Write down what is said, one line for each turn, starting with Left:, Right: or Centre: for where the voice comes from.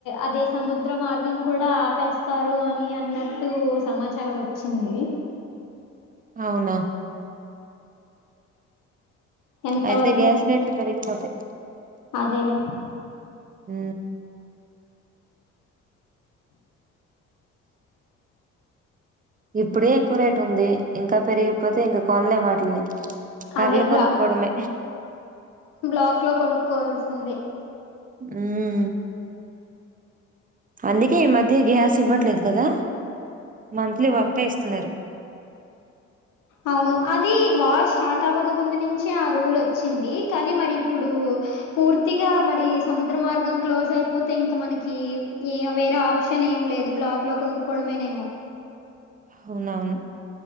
Left: అది సముద్ర మార్గం కూడా ఆపేస్తారు అని అన్నట్టు సమాచారం వచ్ చ్చింది.
Right: అవునా
Left: ఎంత
Right: అయితే
Left: వరకు
Right: గ్యాస్
Left: ని-
Right: రేట్లు పెరిగిపోతయి.
Left: అదేలే
Right: హ్ ఇప్పుడే ఎక్కువ రేట్ ఉంది ఇంకా పెరిగిపోతే ఇంకా కొనలేమా ఆటిల్ని కర్లు
Left: అదే బ్లా
Right: కొనుక్కడమే
Left: బ్లాక్ లో కొనుక్కోవాల్సింది
Right: మ్మ్ అందికే ఈ మధ్య గ్యాస్ ఇవ్వట్లేదు కదా మంత్లీ ఒకటే ఇస్తున్నారు
Left: అవును అది వార్ స్టార్ట్ అవ్వక ముందు నుంచే ఆ రూల్ వచ్చింది కానీ మరి ఇప్పుడు పూర్తిగా మరి సముద్ర మార్గం క్లోజ్ అయిపోతే ఇంకా మనకి వేరే ఆప్షన్ ఏం లేదు బ్లాక్ లో కొనుక్కోవడమేనేమో
Right: అవునవును